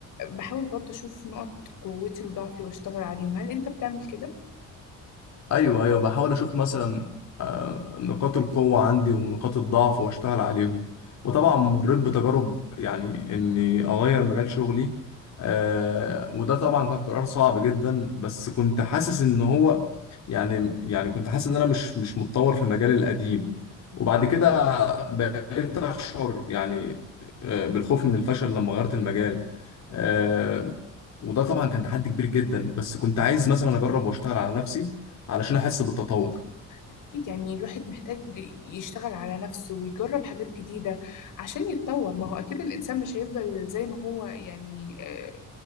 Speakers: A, on the left (about 70°); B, on the left (about 55°).
A: بحاول برضه أشوف نقط قوتي وضعفي وأشتغل عليهم هل أنت بتعمل كده؟
B: ايوه ايوه بحاول اشوف مثلا آه، نقاط القوة عندي ونقاط الضعف واشتغل عليهم وطبعا
A: اه
B: مريت بتجارب يعني اني اغير مجال شغلي آه، وده طبعا كان قرار صعب جدا بس كنت حاسس ان هو يعني يعني كنت حاسس ان انا مش مش متطور في مجالي القديم
A: أكيد
B: وبعد كده بقيت اشعر يعني آه، بالخوف من الفشل لما غيرت المجال آه، وده طبعا كان تحدي كبير جدا بس كنت عايز مثلا اجرب واشتغل على نفسي علشان احس بالتطور
A: أكيد يعني الواحد محتاج يشتغل على نفسه ويجرب حاجات جديدة عشان يتطور ما هو أكيد الإنسان مش هيفضل زي ما هو يعني آه،